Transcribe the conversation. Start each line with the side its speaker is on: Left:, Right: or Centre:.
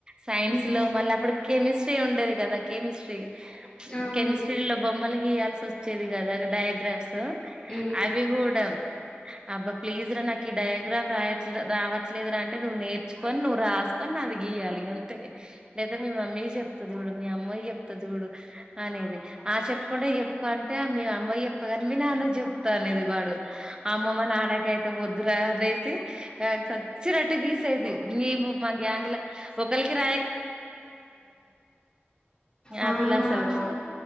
Right: సైన్స్
Left: హ్మ్.
Right: లో మళ్ళీ అప్పుడు కెమిస్ట్రీ ఉండేది కదా కెమిస్ట్రీ
Left: అవునండి.
Right: కెమిస్ట్రీలో బొమ్మలు గీయాల్సి వస్తుంది వచ్చేది కదా డయాగ్రాఫ్స్ ఆ
Left: హ్మ్.
Right: అవి కూడా అబ్బా ప్లీజ్ రా నాకి డయాగ్రమ్ డయాగ్రమ్ రాయట్ రావట్లేదు అంటే నువ్వు నేర్చుకొని నువ్వు రాసుకొనిది గీయాలి అంతే లేదా మీ మమ్మీ చెప్తది ఇడు మీ అమ్మ కి చెప్త చూడు అనేది ఆ చెప్పకుండా చెప్ప అంటే మీ అమ్మకి చెప్పను గాని మీ నాన్నకు చెప్తా అనేది వాడు అమ్మమ్మ నానకైతే వద్దురా రే <unintelligible> ఆ సచ్చినట్టు గా సేది మేము మా గ్యాంగ్లా ఒకలికి రా
Left: ఆ
Right: అట్లా
Left: నాకు
Right: అసలుకు